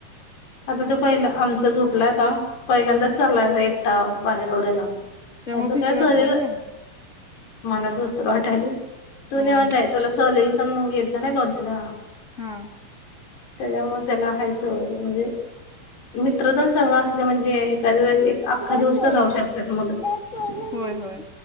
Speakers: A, on the left (about 85°); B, on the left (about 25°).
A: आता तो पहिला आमचा झोपलाता पहिल्यांदा चालायच एकटा बाहेर एवढ्या लांब.
B: त्यामुळे
A: त्याचं
B: भीती
A: काय
B: वाटते
A: शरीर
B: ना
A: मलाच कसतरी वाटायला तो
B: हम्म
A: निवांत आहे. तुला सहलीला ते गेलताना दोन-तीन वेळा.
B: हा.
A: त्याच्यामुळे त्याला हाय सवय म्हणजे मित्र ते संग असले म्हणजे एखादे वेळेस अख्खा
B: दश
A: दिवस तर
B: ओला
A: राहू शकतात मुलं
B: दश ओला होय होय